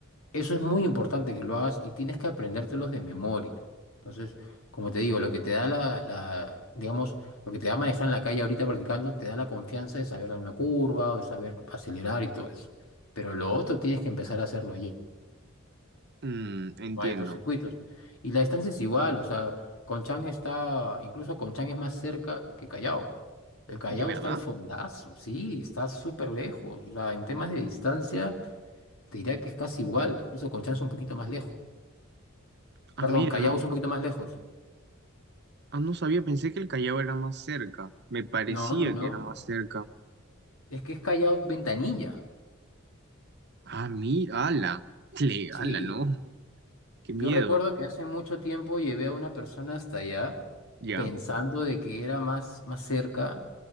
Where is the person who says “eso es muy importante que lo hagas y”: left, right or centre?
Left